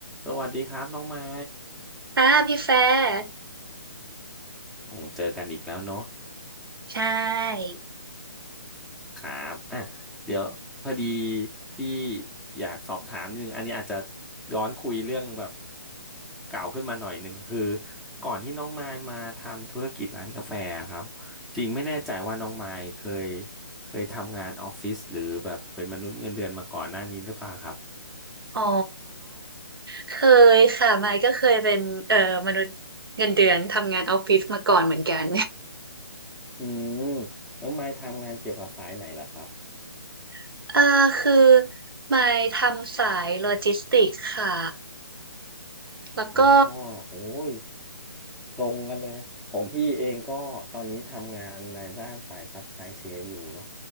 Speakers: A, in the centre; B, on the right.
A: สวัสดีครับน้องไม้
B: อ่าพี่แฟร์
A: โอ้เจอกันอีกแล้วเนาะ
B: ใช่
A: ครับอ่ะเดี๋ยวพอดีพี่อยากสอบถามนิดนึงอันนี้อาจจะย้อนคุยเรื่องแบบเก่าขึ้นมาหน่อยนึงคือก่อนที่น้องไม้มาทำธุรกิจร้านกาแฟครับจริงไม่แน่ใจว่าน้องไม้เคยเคยทำงานออฟฟิศหรือแบบเป็นมนุษย์เงินเดือนมาก่อนหน้านี้หรือเปล่าครับ
B: อ๋อเคยค่ะมายก็เคยเป็นเอ่อมนุษย์เงินเดือนทำงานออฟฟิศมาก่อนเหมือนกัน
A: อืมน้องไม้ทำงานเกี่ยวกับสายไหนล่ะครับ
B: <laughs> อ่าคือมายทำสายโลจิสติกส์ค่ะแล้วก็
A: อ๋อโอ้ย ตรงกันเลยของพี่เองก็ตอนนี้ทำงานในด้านสายซัพพลายเชนอยู่เนาะ